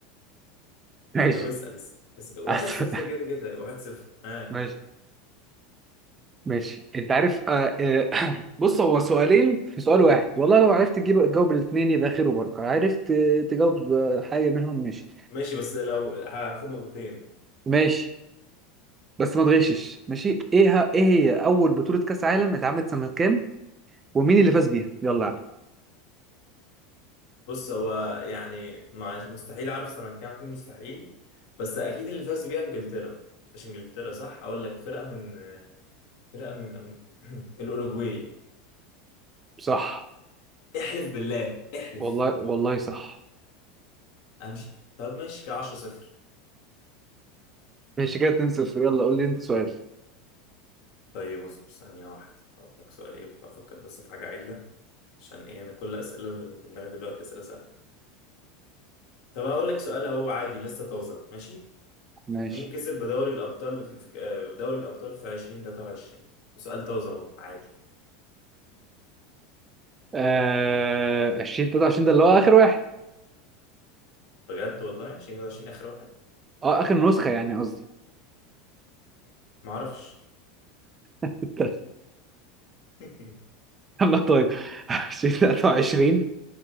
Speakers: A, on the right (about 25°); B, on the left (about 60°).
A: ماشي
B: طب اسال اسال اسأل. واحد
A: <laughs> أحسن.
B: صفر كده كده واحد صفر ها
A: ماشي ماشي انت عارف آه آه <clears throat> بص هو سؤالين في سؤال واحد والله لو عرفت تجيب تجاوب الاثنين يبقى خير وبركه عرفت آه، تجاوب آه، حاجه منهم ماشي
B: ماشي بس لو هاخد نقطتين
A: ماشي بس ما تغشش ماشي ايه ه- ايه هي اول بطوله كاس عالم اتعملت سنه كام ومين اللي فاز بيها يلا يا عم
B: بص هو يعني مع- مستحيل اعرف سنه كام مستحيل بس اكيد اللي فاز بيها انجلترا مش انجلترا صح اقول لك فرقه من فرقه من أم- <clears throat> الاوروجواي
A: صح
B: احلف بالله احلف
A: والله والله صح
B: امشي طب ماشي كده 10 صفر
A: ماشي كده 2 0 يلا قول لي انت سؤال
B: طيب اصبر ثانية واحدة اقول لك سؤال ايه بفكر افكر بس في حاجة عدلة عشان ايه انا كل اسئلة اللي في دماغي دلوقتي اسئلة سهلة طب اقول لك سؤال اهو عادي لسه طازة ماشي
A: ماشي
B: مين كسب بدوري الابطال في في- آه، دوري الابطال في 2023 سؤال طازة اهو عادي
A: آه 20 23 ده اللي هو اخر واحد
B: بجد والله 2023 اخر واحد
A: اه اخر نسخه يعني قصدي
B: ما اعرفش
A: <laughs>
B: <laughs>
A: يلا طيب <laughs> 2023